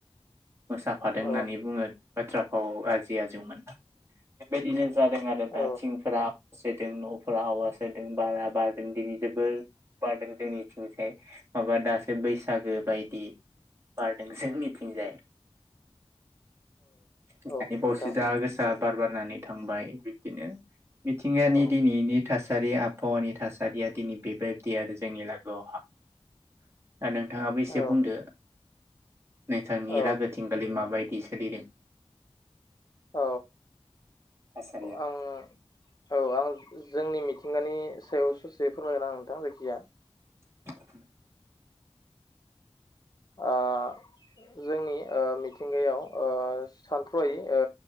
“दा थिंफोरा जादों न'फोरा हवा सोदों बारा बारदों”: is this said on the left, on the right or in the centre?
Right